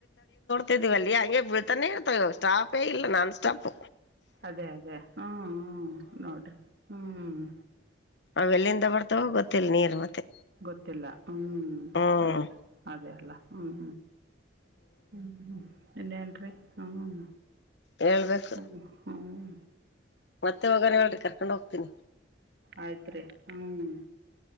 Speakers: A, on the left; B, on the right.
A: ತಿವವಲ್ಲಿ ಹಂಗೆ ಬೀಳ್ತಾನೇ ಇತಾವ ಸ್ಟಾಪೇ ಇಲ್ಲ ನಾನ್ ಸ್ಟಾಪ್.
B: ಅದೇ ಅದೇ ಹ್ಮ್ ಹ್ಮ್ ನೋಡ್ ಹ್ಮ್.
A: ಅವೆಲ್ಲಿಂದ ಬರ್ತಾವೋ ಗೊತ್ತಿಲ್ಲ ನೀರ್ ಮತ್ತೆ.
B: ಗೊತ್ತಿಲ್ಲ ಹ್ಮ್
A: ಹ್ಮ್
B: ಅದೇ ಅದೇ ಅಲ್ಲ ಹ್ಮ್ ಹ್ಮ್ ಹ್ಮ ಎಟ್ರಿ ಹ್ಮ್
A: ಹೇಳ್ಬೇಕು
B: ಹ್ಮ ಹ್ಮ್
A: ಮತ್ತೆ ಹೋಗಾನ ಹೇಳಿ ಕರ್ಕೊಂಡ್ ಹೋಗ್ತೀನಿ.
B: ಆಯ್ತ್ರಿ ಹ್ಮ್